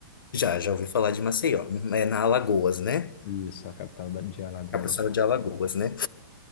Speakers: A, on the left; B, on the left.
A: Já, já ouvi falar de Maceió. É na Alagoas, né?
B: Isso, a capital da- de Alagoas.
A: Capital de Alagoas, né?